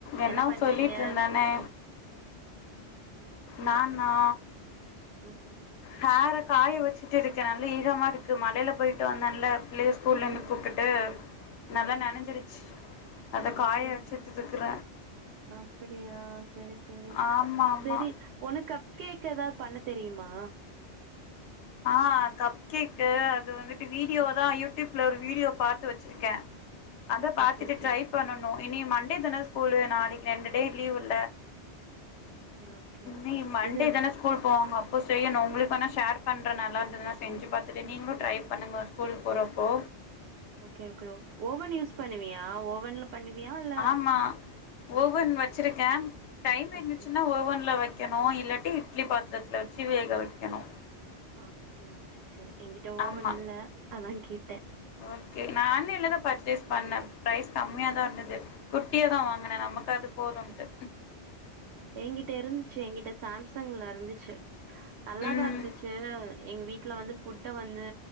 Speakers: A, on the left (about 75°); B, on the right (about 70°).
A: என்னா
B: என்ன பண்றீங்க
A: சொல்லிட்டு இருந்தனே நானா
B: ம்
A: ஹேர காய வச்சுட்டு இருக்க நல்ல ஈரமா இருக்கு மழைல போயிட்டு வந்தல்ல ப்ளே ஸ்கூல்ல இருந்து
B: ம்
A: கூப்டுட்டு நல்லா
B: ம்
A: நனைஞ்சிருச்சு அத காய
B: ஓகே
A: வச்சுட்டு
B: ஓகே
A: இருக்கற
B: அப்படியா செரி செரி
A: ஆமா ஆமா
B: செரி உனக் கப் கேக் ஏதாது பண்ண தெரியுமா
A: ஆ கப் கேக் அது வந்துட்டு வீடியோ தா யூடியூப்ல ஒரு வீடியோ பாத்து வச்சு கே அத பாத்துட்டு
B: ஓகே ஓகே
A: ட்ரை பண்ணணு இனி மண்டே தான ஸ்கூலு நாளைக்கு ரெண்டு டே லீவ் இல்ல
B: ஓகே ஓகே
A: நீ மண்டே
B: இது
A: தான ஸ்கூல் போவாங்க அப்போ செய்யணு உங்களுக்கு வேனா ஷேர் பண்ற நல்லா இருந்ததுதா செஞ்சு பாத்துட்டு நீங்களு ட்ரை பண்ணுங்க ஸ்கூலுக்கு போறப்போ
B: ஓகே ஓகே ஓவன் யூஸ் பண்ணுவியா ஓவன்ல பண்ணுவியால்
A: ஆமா ஓவன் வச்சிருக்கே டைம்
B: அப்டி
A: இருந்துச்சுன்னா ஓவன்ல வக் கெணு இல்லாட்டி இட்லி பாத்திரத்தில வச்சு வேக வைக்கணு
B: அப்டியா செரி செரி எங்கிட்ட ஓவன்
A: ஆமா
B: இல்ல அதா கேட்டே
A: ஓகே நாஆன்லைன்ல தா பர்ச்சேஸ் பண்ணே ப்ரைஸ் கம்மியா தா இருந்தது குட்டிய தா வாங்குனே நமக்கு அது போதுன்ட்டு
B: எ கிட்ட இருந்துச்சு எகிட்ட சாம்சங்ல இருந்துச்சு நல்லாதா
A: ம்
B: இருந்துச்சு எங்க வீட்ல வந்து ஃபுட்ட வந்து